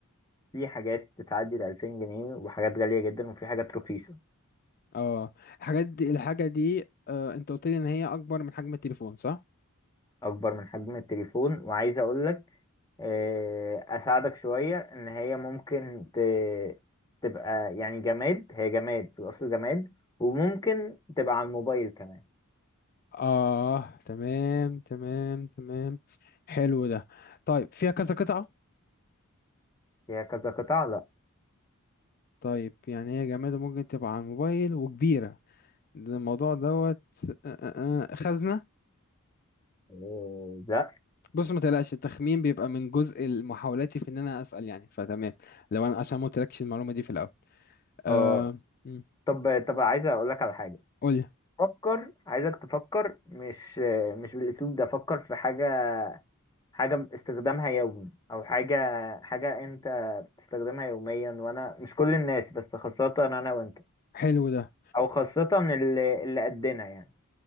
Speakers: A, on the left; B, on the left.
A: في حاجات تتعدي ال 2000 جنيه وحاجات غالية جدا وفي حاجات رخيصة
B: اه الحاجات دي الحاجة دي أه انت قلت لي ان هي اكبر من حجم التليفون صح؟
A: أكبر من حجم التليفون وعايز أقول لك آه، أساعدك شوية إن هي ممكن ت... تبقى يعني جماد هي جماد في الأصل جماد وممكن تبقى على الموبايل كمان
B: اه تمام تمام تمام حلو ده طيب فيها كذا قطعة
A: هي كذا قطعة لا
B: طيب يعني هي جماد ممكن تبقى على الموبايل وكبيرة ده الموضوع دوت آه، آه، آه، خزنة
A: آه، لا
B: بص ما تقلقش التخمين بيبقى من جزء محاولاتي في ان انا اسأل يعني فتمام لو انا عشان ما قلتلكش المعلومة دي في الاول آه
A: اه
B: مم.
A: طب طب عايز اقول لك على حاجة
B: قولي
A: فكر عايزك تفكر مش آه، مش بالاسلوب ده فكر في حاجة حاجة استخدامها يومي او حاجة حاجة انت بتستخدمها يوميا وانا مش كل الناس بس خاصة انا وانت
B: حلو ده
A: او خاصة اللي اللي قدنا يعني